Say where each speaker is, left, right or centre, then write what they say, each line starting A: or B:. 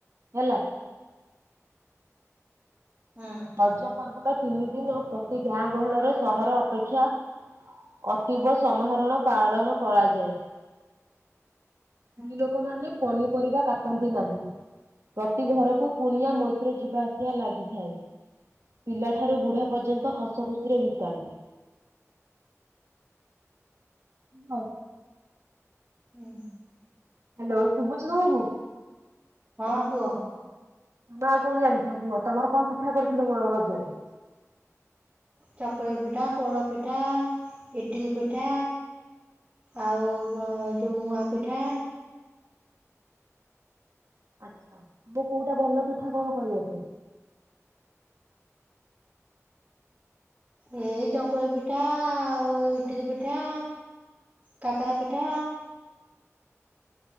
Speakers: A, on the right; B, on the right.
A: ହେଲା।
B: ହଁ।
A: ରଜ ପର୍ବର ତିନି ଦିନ ପ୍ରତି ଗାଁ ଗହଳରେ ସହର ଅପେକ୍ଷା ଅତୀବ ସମାହରଣ ପାଳନ କରାଯାଏ।
B: <inaudible>
A: ସ୍ତ୍ରୀ ଲୋକମାନୋନେ ପନିପରିବା କାଟନ୍ତି ନାହିଁ ପ୍ରତି ଘରକୁ କୁଣିଆ ମ ଯିବା ଆସିବା ଲାଗିଥାଏ ପିଲା ଠାରୁ ବୁଢା ପର୍ଯ୍ୟନ୍ତ ହସ ଖୁସିରେ ବିତାନ୍ତି। ହଉ।
B: ହୁଁ।
A: ହ୍ୟାଲୋ ଶୁଭୁଚି ତମକୁ।
B: ହଁ କୁହ।
A: ତମେ ଆଉ କଣ ଜାଣିଛ କୁହ ତମର କଣ ପିଠା କରିଥିଲ ରଜରେ।
B: ଚକୁଳି ପିଠା ପୋଡ଼ ପିଠା ଇଟିଲ ପିଠା। ଆଉ କଣ ଯୋଉ ମୁଆ ପିଠା।
A: ଆଛା ତମକୁ କୋଉଟା ଭଲ ପିଠା କଣ କରିଆସେ।
B: ଏଇ ଚକୁଳି ପିଠା ଆଉ ଇଟିଲ ପିଠା। କାକେରା ପିଠା।